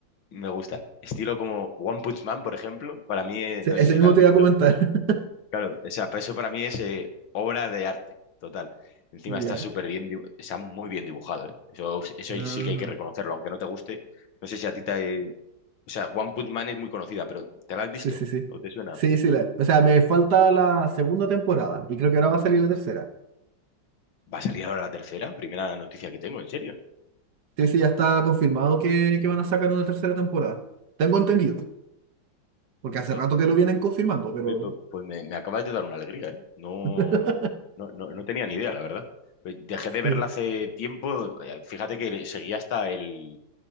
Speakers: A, on the left; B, on the right.
A: me gustan. Estilo como One Punch Man, por ejemplo, para mí, eh,
B: Sí,
A: no
B: Ese
A: sé si
B: mismo
A: la has
B: te
A: visto.
B: iba a comentar. <laughs>
A: Claro, o sea, pues eso para mí es eh, obra de arte, total. Encima
B: Ya.
A: está súper bien, dibu- está muy bien dibujado, ¿eh? Eso, eso
B: Ah,
A: ahí sí que hay que reconocerlo, aunque no te guste. No sé si a ti te... O sea, One Punch Man es muy conocida, pero ¿te la has visto?
B: Sí, sí, sí.
A: ¿O te suena?
B: Sí, sí, la- o sea, me falta la segunda temporada y creo que ahora va a salir la tercera.
A: Va a salir ahora la tercera, primera noticia que tengo, en serio.
B: Sí, sí, ya está confirmado que, que van a sacar una tercera temporada. Tengo entendido, porque
A: Anda.
B: hace rato que lo vienen confirmando, pero...
A: Oye, pu- pues me, me acabas de dar una alegría, ¿eh? No,
B: <laughs>
A: no, no, no tenía ni idea, la verdad. Pues Dejé de
B: Sí.
A: verla hace tiempo. eh, Fíjate que seguía hasta el,